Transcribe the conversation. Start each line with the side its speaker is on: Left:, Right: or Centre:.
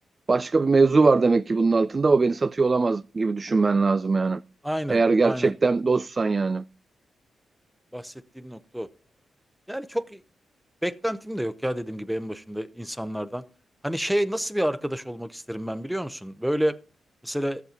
Right: başka bir mevzu var demek ki bunun altında o beni satıyor olamaz gibi düşünmen lazım yani.
Centre: Aynen,
Right: Eğer gerçekten
Centre: aynen.
Right: dostsan yani.
Centre: Bahsettiğim nokta o. Yani çok beklentim de yok ya dediğim gibi en başında insanlardan. Hani şey nasıl bir arkadaş olmak isterim ben biliyor musun? Böyle mesela